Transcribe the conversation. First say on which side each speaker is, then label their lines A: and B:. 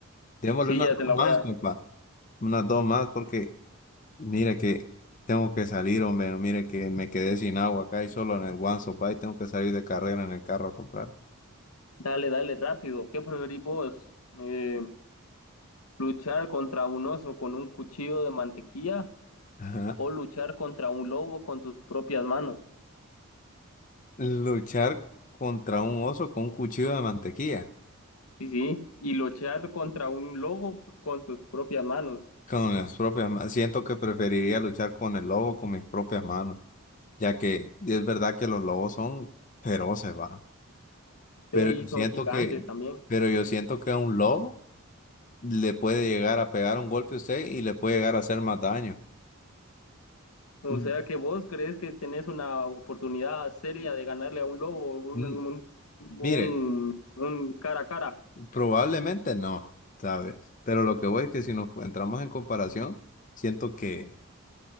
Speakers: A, on the left; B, on the left.
A: Démosle
B: Sí,
A: unas
B: ya te
A: dos
B: la
A: más,
B: voy a...
A: compa. Unas dos más porque mire que tengo que salir, hombre. no, Mire que me quedé sin agua acá y solo en el One Sopa y tengo que salir de carrera en el carro a comprar.
B: Dale, dale, rápido. ¿Qué preferís vos? Eh, ¿luchar contra un oso con un cuchillo de mantequilla
A: <laughs>
B: o luchar contra un lobo con tus propias manos?
A: Luchar contra un oso con un cuchillo de mantequilla,
B: Sí, sí. Y luchar contra un lobo con tus propias manos.
A: con las propias manos. Siento que preferiría luchar con el lobo con mis propias manos, ya que es verdad que los lobos son feroces, va. Pero
B: Sí, y
A: yo siento
B: son gigantes
A: que,
B: también.
A: pero yo siento que a un lobo le puede llegar a pegar un golpe a usted y le puede llegar a hacer más daño.
B: O
A: Mm,
B: sea que vos crees que tenés una oportunidad seria de ganarle a un lobo, un,
A: mm,
B: un, un-
A: Mire,
B: un cara a cara.
A: probablemente no, ¿sabe? Pero lo que voy es que si nos entramos en comparación, siento que,